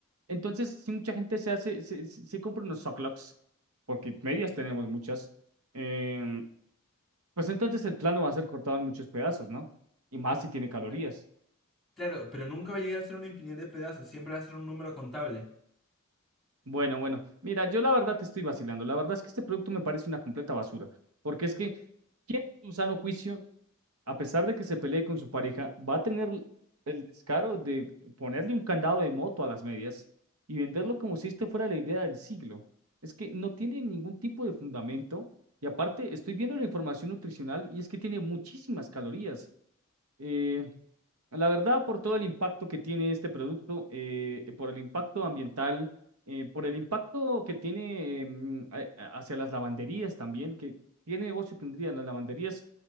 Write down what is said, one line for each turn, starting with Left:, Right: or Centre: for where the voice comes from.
Right: entonces, si mucha gente se hace, se, se- se compra unos socklocks, porque medias tenemos muchas, em, pues entonces el plano va a ser cortado en muchos pedazos, ¿no? Y más si tiene calorías.
Centre: <laughs> Claro, pero nunca va a llegar a ser una infinidad de pedazos, siempre va a ser un número contable.
Right: Bueno, bueno, mira, yo la verdad te estoy vacilando. La verdad es que este producto me parece una completa basura, porque es que, ¿quién en su sano juicio a pesar de que se pelee con su pareja, va a tener el descaro de ponerle un candado de moto a las medias y venderlo como si esto fuera la idea del siglo. Es que no tiene ningún tipo de fundamento y aparte estoy viendo la información nutricional y es que tiene muchísimas calorías. Eh, la verdad, por todo el impacto que tiene este producto, eh, eh, por el impacto ambiental, eh, por el impacto que tiene eh, mm, a- a- hacia las lavanderías también, que qué negocio tendrían las lavanderías,